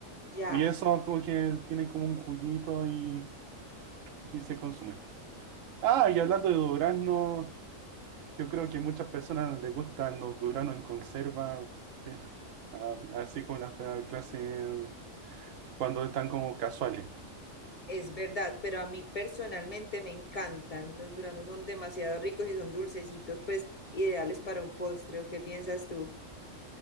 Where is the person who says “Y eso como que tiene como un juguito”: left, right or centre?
Right